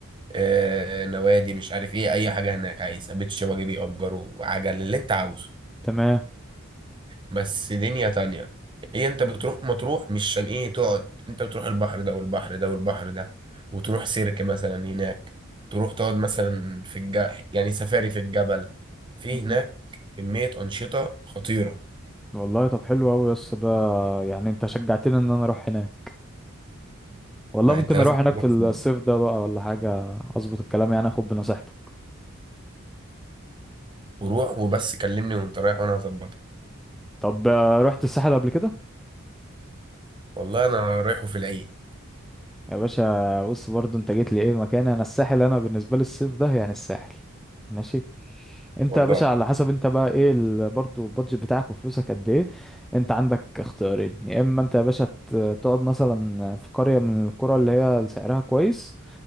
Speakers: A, on the right (about 25°); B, in the centre.
A: آه، نوادي مش عارف ايه اي حاجة هناك عايزها بيت شبابي بيأجروا عجل اللي انت عاوزه
B: تمام
A: بس دنيا تانية هي انت بتروح مطروح مش عشان ايه تقعد انت بتروح البحر ده والبحر ده والبحر ده وتروح سيرك مثلا هناك تروح تقعد مثلا في الج... يعني سفاري في الجبل في
B: مم.
A: هناك كمية أنشطة خطيرة
B: والله طب حلو قوي يا اسطى ده يعني انت شجعتني ان انا اروح هناك والله
A: لا
B: ممكن
A: انت لازم
B: اروح هناك
A: تروح
B: في الصيف
A: في مرة
B: ده بقى ولا حاجه اظبط الكلام يعني اخد بنصيحتك
A: وروح وبس كلمني وانت رايح وانا هظبطك
B: طب آه، رحت الساحل قبل كده
A: والله انا رايحه في العيد
B: يا باشا بص برضو انت جيت لي ايه مكان انا الساحل انا بالنسبه لي الصيف ده يعني الساحل ماشي انت
A: والله
B: يا باشا على حسب انت بقى ايه ال- برضو البادجت بتاعك وفلوسك قد ايه انت عندك اختيارين يا اما انت يا باشا ت- تقعد مثلا في قرية من القرى اللي هي سعرها كويس